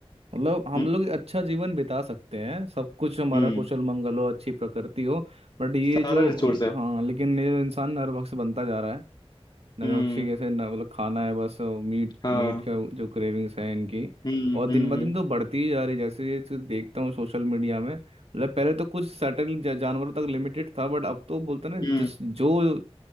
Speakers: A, on the right (about 70°); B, on the left (about 45°).
A: मतलब हम
B: हम्म
A: लोग अच्छा जीवन बिता सकते हैं सब कुछ हमारा
B: हम्म
A: कुशल मंगल हो अच्छी प्रकृति हो बट ये
B: सारा
A: जो
B: रिसोर्स है
A: हाँ लेकिन ये इंसान नरभक्ष बनता जा रहा है नरभक्षी
B: हम्म
A: कैसे न- मतलब खाना है बस मीट
B: हाँ
A: मीट का जो क्रेविंग्स है इनकी
B: हम्म
A: और
B: हम्म
A: दिन ब
B: हम्म
A: दिन तो बढ़ती ही जा रही है जैसे ये तो देखता हूँ सोशल मीडिया में मतलब पहले तो कुछ सर्टेन जानवरों तक लिमिटेड था बट अब तो बोलते हैं ना
B: हम्म
A: जिस जो